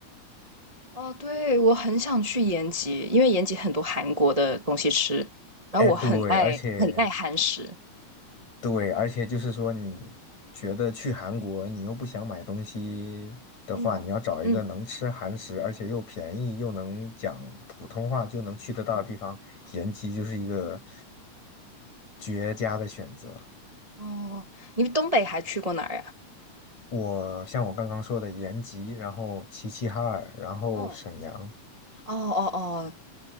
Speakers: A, on the right (about 15°); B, on the left (about 65°).
A: 哦，对，我很想去延吉，因为延吉很多韩国的东西吃，然后我很爱很爱韩食。
B: 哎，对，而且对，而且就是说，你觉得去韩国，你又不想买东西的话，
A: 嗯，
B: 你要找一个能吃韩食，
A: 嗯，
B: 而且又便宜，又能讲普通话，就能去得到的地方，
A: 嗯，
B: 延吉就是一个绝佳的选择。
A: 哦，你东北还去过哪儿呀？
B: 我像我刚刚说的延吉，然后齐齐哈尔，然后沈阳，
A: 哦，哦哦哦，